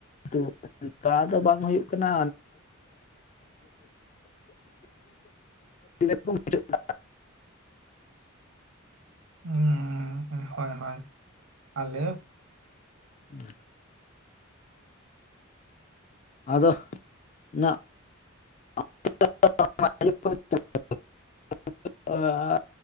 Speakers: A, on the left; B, on the right.
A: ᱛᱚ ᱚᱱᱠᱟ ᱫᱚ ᱵᱟᱝ ᱦᱩᱭᱩᱜ ᱠᱟᱱᱟ <inaudible> ᱠᱚ <inaudible>
B: ᱦᱩᱸ ᱦᱳᱭ ᱦᱳᱭ ᱟᱞᱮ ᱦᱚᱸ
A: ᱦᱩᱸ <inaudible> ᱟᱫᱚ ᱱᱟ <inaudible>